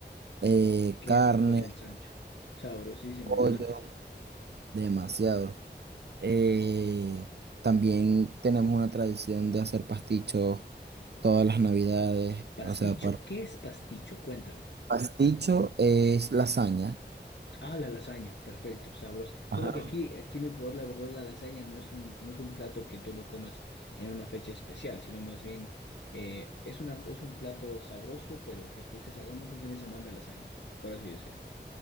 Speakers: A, on the right; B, on the left.
A: eh,
B: Qué
A: carne,
B: rico es el chancho. Sabrosísimo,
A: pollo,
B: hermano.
A: demasiado. Eh, también tenemos una tradición de hacer pastichos todas las navidades.
B: Pasticho,
A: O sea, par-
B: ¿qué es pasticho? Cuéntame.
A: pasticho es lasaña.
B: Ah, la lasaña, perfecto, sabroso.
A: Ajá.
B: Bueno, que aquí, aquí en Ecuador, la verdad, la lasaña no es un, no es un plato que tú lo comas en una fecha especial, sino más bien eh, es una, es un plato sabroso, pero que tú dices, hagamos un fin de semana de lasaña, por así decirlo.